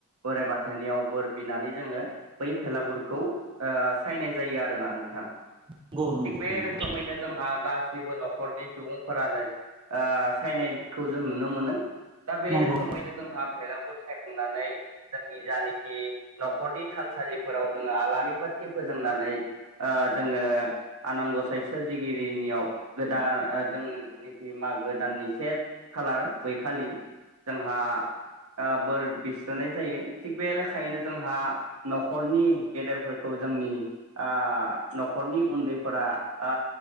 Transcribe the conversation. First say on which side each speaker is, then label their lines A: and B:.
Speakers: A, on the right; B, on the right.
A: बोराइ बाथोननियाव बोर बिनानै जोङो बै भेलागुरखौ ओ सायनाय जायो आरोना नोंथां
B: नंगौ नंगौ
A: थिग बे रोखोमैनो जोंहा गासिबो न'खरनि सुबुंफोरानो ओ सायनायखौ जों नुनो मोनो दा बे
B: नंगौ
A: रोखोमैनो जोंहा फेलागुर सायखांनानै जोंनि जानखि न'खरनि थानसालिफोराव जोङो आलारि बाथि फोजोंनानै ओ जोङो आनान गसाइ सोरजिगिरिनियाव गोदान ओ जों जेनेखि मागो दाननि से खालार बैखालि जोंहा बोर बिस्रोनाय जायो। थिग बे लेखायैनो जोंहा न'खरनि गेदेरफोरखौ जोंनि आं न'खरनि उन्दैफोरा आ